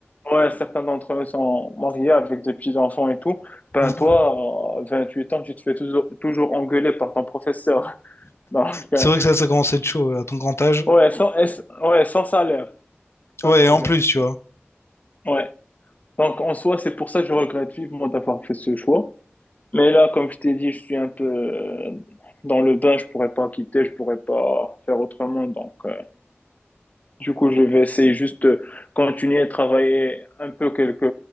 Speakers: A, on the left; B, on the left.
A: ouais, certains d'entre eux sont mariés avec des petits-enfants et tout. Ben,
B: Mhm.
A: toi, à huit ans, tu te fais toujours, toujours engueuler par ton professeur. <laughs> Donc,
B: C'est
A: euh,
B: vrai que ça, ça commence à être chaud, ouais, à ton grand âge.
A: Ouais, sans, et- ouais, sans salaire, c'est
B: Ouais,
A: ça le problème.
B: et en plus, tu vois.
A: Ouais. Donc en soi, c'est pour ça que je regrette vivement d'avoir fait ce choix. Mais là, comme je t'ai dit, je suis un peu euh, dans le bain, je pourrais pas quitter, je pourrais pas faire autrement. Donc, euh, du coup, je vais essayer juste de continuer à travailler un peu quelques,